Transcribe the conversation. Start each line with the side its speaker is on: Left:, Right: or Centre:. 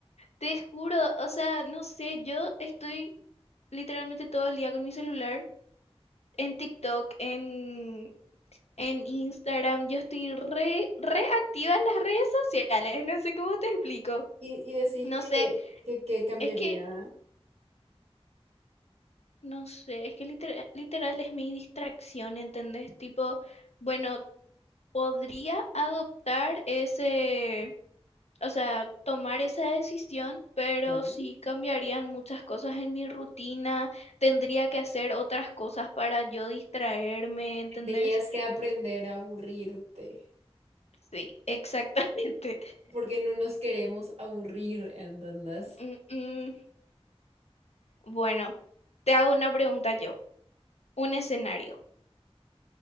Left: te juro, o sea, no sé, yo estoy literalmente todo el día con mi celular, en TikTok, en, en Instagram, yo estoy re, re activa en las redes sociales, <laughs> no sé cómo te explico.
Right: Y, y decís
Left: No
Right: que,
Left: sé,
Right: que, que cambiaría.
Left: es que No sé, es que literal, literal es mi distracción, ¿entendés? Tipo, bueno, podría adoptar ese, o sea, tomar esa decisión, pero
Right: Claro.
Left: sí cambiarían muchas cosas en mi rutina, tendría que hacer otras cosas para yo distraerme, ¿entendés?
Right: Tendrías que aprender a aburrirte,
Left: Sí, exactamente. <laughs>
Right: porque no nos queremos aburrir, ¿entendés?
Left: Mm, mm, Bueno, te hago una pregunta yo, un escenario.